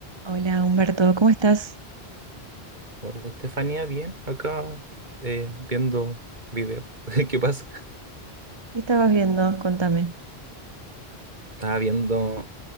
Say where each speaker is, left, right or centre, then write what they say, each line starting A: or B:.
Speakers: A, on the right; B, on the right.
A: Hola Humberto, ¿cómo estás?
B: Hola, Estefanía, bien, acá eh, viendo video. <laughs> ¿Qué pasa?
A: ¿Qué estabas viendo? Contame.
B: Estaba viendo,